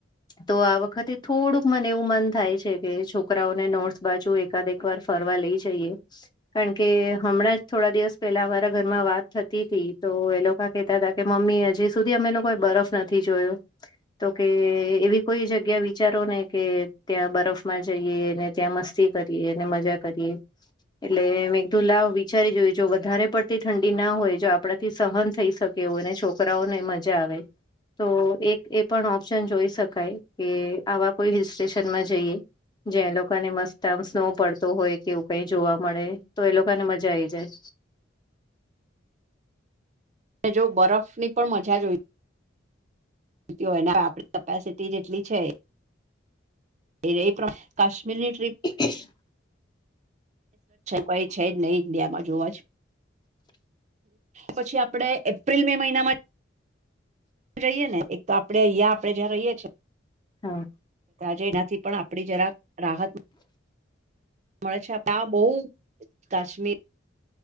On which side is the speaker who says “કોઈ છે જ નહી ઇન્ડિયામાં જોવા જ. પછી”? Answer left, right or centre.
Right